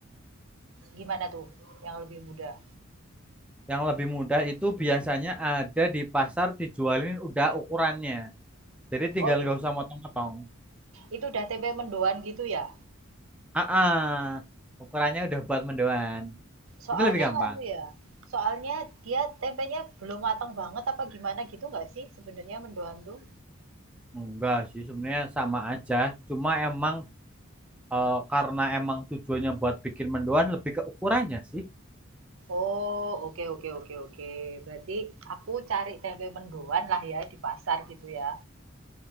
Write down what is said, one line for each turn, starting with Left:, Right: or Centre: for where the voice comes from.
Right: Gimana tuh yang lebih mudah?
Centre: Yang lebih mudah itu biasanya ada di pasar dijualin udah ukurannya. Jadi
Right: Oh,
Centre: tinggal nggak
Right: i-
Centre: usah motong-motong.
Right: itu udah tempe mendoan gitu ya?
Centre: Ah, ah, ukurannya udah buat mendoan.
Right: Soalnya
Centre: Itu lebih gampang.
Right: nganu ya. Soalnya dia tempenya belum matang banget apa gimana gitu nggak sih sebenarnya mendoan tuh?
Centre: Enggak sih, sebenarnya sama aja. Cuma emang eh, karena emang tujuannya buat bikin mendoan lebih ke ukurannya sih.
Right: Oh, oke oke oke oke. Berarti aku cari tempe mendoan lah ya di pasar gitu ya.